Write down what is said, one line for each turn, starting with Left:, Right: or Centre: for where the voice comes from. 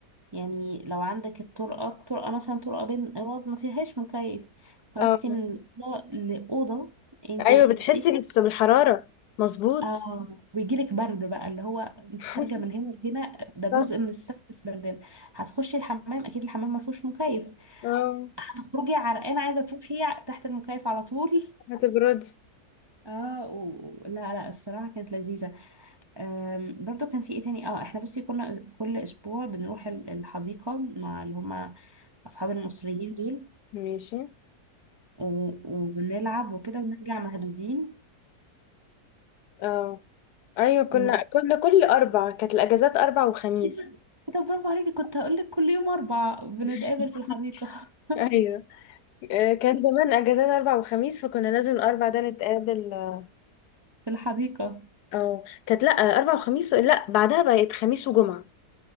Right: يعني لو عندك الطرقة الطرقة مثلا طرقة بين اوض ما فيهاش مكيف خرجتي
Left: اه
Right: من الأوضة لأوضة انتي
Left: ايوه
Right: بتسيحي
Left: بتحسي بس بالحرارة مظبوط
Right: اه ويجيلك برد بقى اللي هو انت
Left: <laughs>
Right: خارجه من هنا لهنا ده جزء
Left: صح
Right: من السفر بس بردان هتخشي الحمام اكيد الحمام ما فيهوش مكيف
Left: اه
Right: هتخرجي عرقانة عايزة تروحي تحت المكيف على طول
Left: هتبردي
Right: اه و... لا لا الصراحه كانت لذيذه أم... برضو كان في ايه تاني اه احنا بصي كنا كل اسبوع بنروح ال- الحديقه مع اللي هم اصحاب المصريين دول
Left: ماشي
Right: و... ونلعب وكده ونرجع مهدودين
Left: اه ايوه كنا
Right: و...
Left: كنا كل اربع كانت الاجازات اربع وخميس
Right: كده كده. برافو عليكي كنت هقول لك كل يوم اربع بنتقابل
Left: <laughs>
Right: في الحديقه <laughs>
Left: ايوه آه، كان زمان اجازات اربع وخميس فكنا لازم الاربع ده نتقابل آه،
Right: في الحديقه
Left: او كانت لا اربع وخميس لا بعدها بقت خميس وجمعه